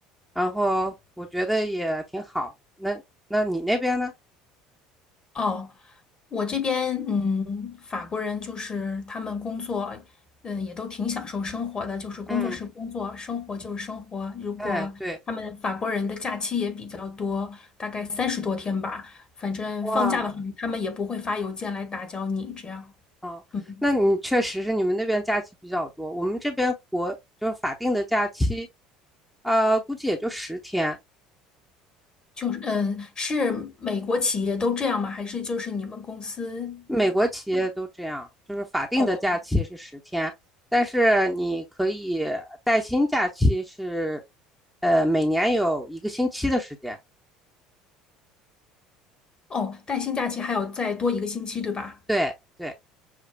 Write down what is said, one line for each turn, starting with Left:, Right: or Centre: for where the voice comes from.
Centre: 然后我觉得也挺好。那那你那边呢？
Left: 哦，我这边嗯，法国人就是他们工作嗯也都挺享受生活的，就是工作是工作，
Centre: 嗯，
Left: 生活就是生活。如果他们法国人的假期也比较多，
Centre: 哎，对，
Left: 大概三十多天吧，反正放假的话，
Centre: 哇，
Left: 他们也不会发邮件来打搅你，这样。
Centre: 哦，
Left: 嗯。
Centre: 那你确实是你们那边假期比较多，我们这边国就是法定的假期，呃，估计也就十天。
Left: 就是嗯，是美国企业都这样吗？还是就是你们公司？
Centre: 美国企业都这样，就是法定的假期是十天，
Left: 哦
Centre: 但是你可以带薪假期是，呃，每年有一个星期的时间。
Left: 哦，带薪假期还有再多一个星期，对吧？
Centre: 对对，